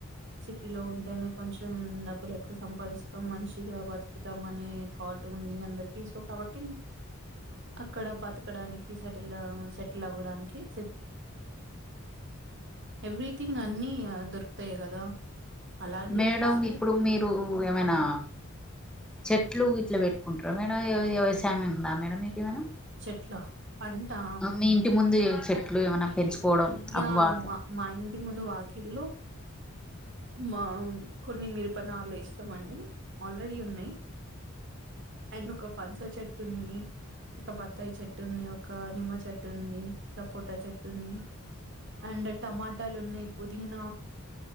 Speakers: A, on the right; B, in the centre.
A: సిటీలో ఉంటేనే కొంచెం డబ్బులు ఎక్కువ సంపాదిస్తాం మంచిగా ఉంటామనే థాట్ ఉంది అందరికి సో కాబట్టి అక్కడ బతకడానికి సెటిల్ సెటిల్ అవ్వడానికి సెటిల్ ఎవ్రీథింగ్ అన్నిీ దొరుకుతాయి కదా అలా అని
B: మేడం
A: చెప్పేసి
B: ఇప్పుడు మీరు ఏమైనా చెట్లు ఇట్లా పెట్టుకుంటారా మేడం ఏ వ్యవసాయం ఉందా మేడం మీకు ఏమైనా
A: చెట్లా అంతా
B: మీ ఇంటి ముందు చెట్లు ఏమైనా పెంచుకోవడం
A: యా
B: అవి వాత
A: మా మాఇంటి ముందు వా కిలో మా కొన్ని మిరపనాలు ఇష్టం అండి ఆల్రెడీ ఉన్నాయి అండ్ ఒక పనస చెట్టుంది ఒక బత్తాయి చెట్టు ఉంది. ఒక నిమ్మ చెట్టు ఉంది. సపోటా చెట్టు ఉంది. అండ్ టమాటాలు ఉన్నాయి. పుదీన